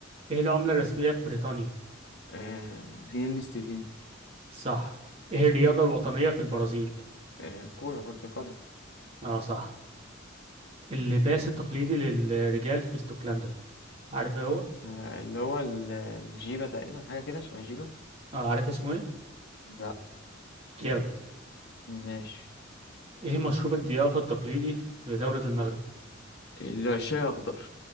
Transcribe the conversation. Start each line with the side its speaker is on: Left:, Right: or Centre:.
Right: ايه العملة الرسمية في بريطانيا؟
Left: آه، الجنيه الاسترليني
Right: صح ايه الرياضة الوطنية في البرازيل؟
Left: آه، الكورة كرة القدم
Right: اه صح اللباس التقليدي للرجال في اسكتلندا عارف ايه هو؟
Left: آه، اللي هو ال- الجيبة تقريبا حاجة كده شوية جيبة
Right: اه عارف اسمه ايه؟
Left: لا
Right: كيلت
Left: ماشي
Right: ايه مشروب الضيافة التقليدي في دولة المغرب؟
Left: الشاي أخضر